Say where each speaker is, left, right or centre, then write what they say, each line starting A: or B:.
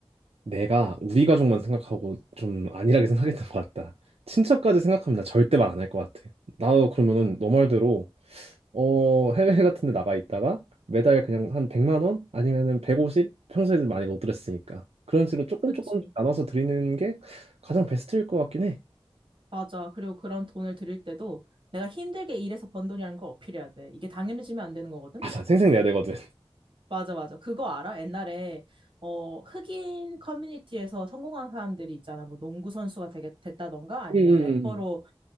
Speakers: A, on the right (about 85°); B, on the right (about 55°).
A: 내가 우리 가족만 생각하고 좀 안일하게 생각했던 것 같다. 친척까지 생각하면 나 절대 말 안 할 것 같아. 나도 그러면은 너 말대로 어 해외 같은 데 나가 있다가 매달 그냥 한 100만 원 아니면은 150 평소에는 많이 못 드렸으니까 그런 식으로 조금
B: 그치.
A: 조금 나눠서 드리는 게 가장 베스트일 것 같긴 해.
B: 맞아. 그리고 그런 돈을 드릴 때도 내가 힘들게 일해서 번 돈이라는 걸 어필해야 돼. 이게 당연해지면 안 되는 거거든?
A: 맞 아, 생색 내야 되거든.
B: 맞아, 맞아. 그거 알아? 옛날에, 어, 흑인 커뮤니티에서 성공한 사람들이 있잖아. 뭐 농구 선수가 되게 됐다던가 아니면
A: 음, 음,
B: 래퍼로
A: 음.